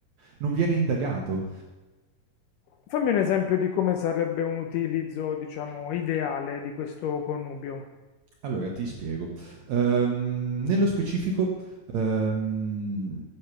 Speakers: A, on the right (about 70°); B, on the left (about 75°).
A: non viene indagato.
B: Fammi un esempio di come sarebbe un utilizzo, diciamo, ideale di questo connubio.
A: Allora ti spiego. Ehm, nello specifico, ehm,